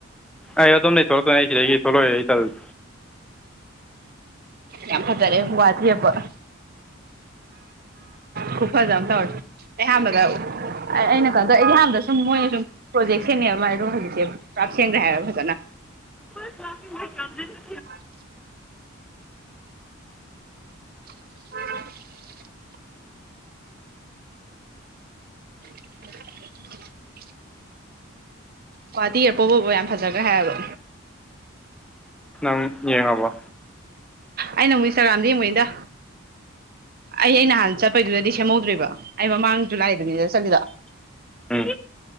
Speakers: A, in the centre; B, on the right.
A: ꯑꯩ ꯑꯗꯣꯝꯗꯩ ꯊꯣꯛꯂꯛꯇꯣꯏꯅꯦ ꯑꯩ ꯁꯤꯗꯒꯤ ꯊꯣꯛꯂꯛꯑꯣꯏ ꯑꯩ ꯇꯜꯂꯤ
B: ꯌꯥꯝ ꯐꯖꯔꯦ ꯒꯨꯋꯥꯇꯤ ꯏꯌꯥꯔꯄꯣꯔꯇ ꯈꯨꯐꯖ ꯑꯝ ꯇꯧꯔꯦ ꯑꯩ ꯑꯍꯥꯟꯕꯗ ꯑꯩ ꯑꯩꯅ ꯈꯪꯟꯗ ꯑꯩꯗꯤꯍꯥꯟꯗ ꯁꯨꯝ ꯃꯣꯏꯅ ꯁꯨꯝ ꯄ꯭ꯔꯣꯖꯦꯛ ꯁꯦꯡꯟꯅꯩꯑꯕ ꯃꯥꯏꯔꯣ ꯈꯜꯂꯤꯛꯁꯦ ꯄꯨꯔꯞ ꯁꯦꯡꯈ꯭ꯔꯦ ꯍꯥꯏꯕ ꯐꯖꯅ
A: ꯑꯣꯏ ꯆꯗꯅꯤ <inaudible>
B: ꯄꯦꯠ ꯄ꯭ꯔꯦꯠ <inaudible> ꯒꯨꯋꯥꯥꯇꯤ ꯏꯌꯥꯔꯄꯣꯠ ꯕꯣ ꯌꯥꯝ ꯐꯖꯈ꯭ꯔ ꯍꯥꯏꯕ
A: ꯎꯨꯝ ꯌꯦꯡꯉꯕ
B: ꯑꯩꯅ ꯑꯃꯨꯛ ꯏꯟꯁꯇꯥꯒ꯭ꯔꯥꯝꯗ ꯌꯦꯡꯕꯅꯤꯗ ꯑꯩ ꯑꯩ ꯅꯍꯥꯟ ꯆꯠꯄꯩꯗꯨꯗꯗꯤ ꯁꯦꯝꯍꯧꯗ꯭ꯔꯤꯕ ꯑꯩ ꯃꯃꯥꯡ ꯖꯨꯂꯥꯏ ꯑꯗꯨꯅꯤꯗꯨꯗ ꯆꯠꯂꯤꯗꯣ
A: ꯎꯝ